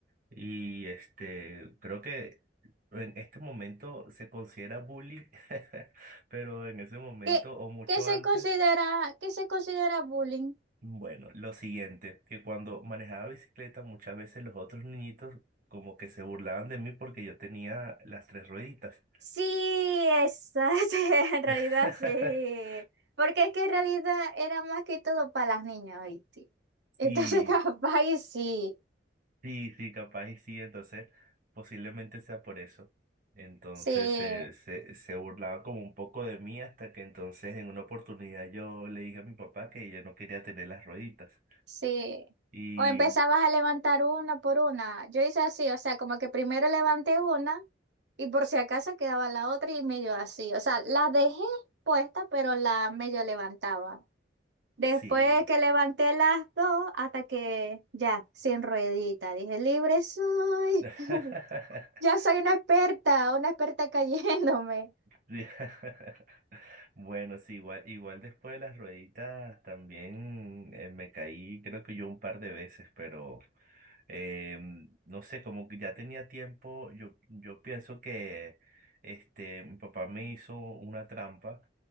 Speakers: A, on the right; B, on the right.
A: Y este, creo que en este momento se considera bullying, <laughs> pero en ese momento
B: ¿Qué,
A: o mucho
B: qué se
A: antes,
B: considera, qué se considera bullying?
A: bueno, lo siguiente, que cuando manejaba bicicleta muchas veces los otros niñitos como que se burlaban de mí porque yo tenía las tres rueditas.
B: Sí, esa, <laughs> sí, en realidad
A: <laughs>
B: sí. Porque es que en realidad era más que todo para las niñas, ¿viste? Entonces,
A: Sí,
B: <laughs> capaz y sí,
A: Sí, sí, capaz y sí, entonces posiblemente sea por eso. Entonces
B: sí,
A: se se, se burlaban como un poco de mí hasta que entonces en una oportunidad yo le dije a mi papá que ella no quería tener las rueditas.
B: sí.
A: Y
B: O empezabas a levantar una por una. Yo hice así, o sea, como que primero levanté una y por si acaso quedaba la otra y medio así. O sea, la dejé puesta, pero la medio levantaba. Después
A: sí.
B: que levanté las dos, hasta que ya, sin ruedita, dije, libre soy,
A: <laughs>
B: <laughs> ya soy una experta, una experta cayéndome.
A: Sí. <laughs> Bueno, sí, igual, igual después de las rueditas también eh, me caí creo que yo un par de veces, pero... Eh, no sé, como que ya tenía tiempo, yo, yo pienso que este, mi papá me hizo una trampa